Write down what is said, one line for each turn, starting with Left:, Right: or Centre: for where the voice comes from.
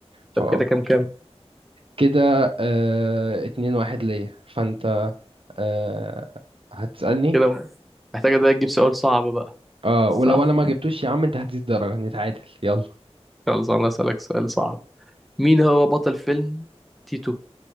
Right: ف
Centre: طب كده كام كام؟
Right: كده اه... اتنين واحد ليا فانت آه، هتسألني
Centre: كده محتاجة ده تجيب سؤال صعب بقى
Right: اه
Centre: صح؟
Right: ولو انا ما جبتوش يا عم انت هتزيد درجة نتعادل يلا
Centre: خلاص أنا أسألك سؤال صعب مين هو بطل فيلم تيتو؟